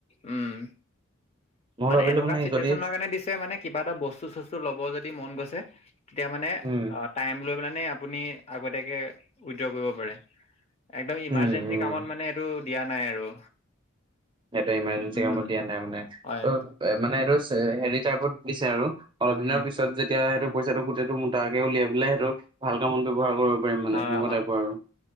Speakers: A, on the left; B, on the right.
A: উমঁ।
B: মই
A: মানে
B: ভাবিলো
A: এনেকুৱা চিটুৱেচনৰ
B: যদি
A: কাৰণে দিছে মানে- কিবা এটা বস্তু-চস্তু ল'ব যদি মন গৈছে তেতিয়া মানে
B: উম
A: আহ', - টাইম লৈ পেলাই মানে আপুনি আগতীয়াকৈ উইড্ৰ কৰিব পাৰে। একদম ইমাৰজেঞ্চি
B: উম উম
A: কামত মানে এইটো দিয়া নাই আৰু।
B: সেইটো ইমাৰজেঞ্চি
A: উম
B: কামত দিয়া নাই মানে,
A: হয়
B: ত' মানে এইটো হেৰি টাইপত দিছে আৰু। অলপ দিনৰ
A: উম
B: পিছত যেতিয়া সেইটো পইচাটো গোটেইটো মোটাকে উলিয়াই পেলাই সেইটো- ভাল কামত ব্যৱহাৰ কৰিব পাৰিম মানে
A: হয়
B: তেনেকুৱা
A: হয়
B: টাইপৰ আৰু,